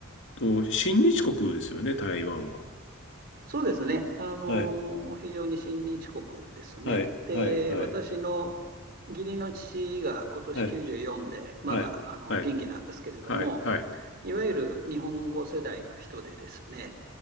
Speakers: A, on the left; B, on the right.
A: と、親日国ですよね、台湾は。
B: そうですね。あの非常に親日国ですね。
A: はい、はい、
B: で、
A: はい、はい、
B: 私の義理の父が今年94で、
A: はい、
B: まだ、
A: はい。
B: あの、
A: はい、
B: 元気なんですけれども、
A: はい、はい。
B: いわゆる日本語世代の人でですね、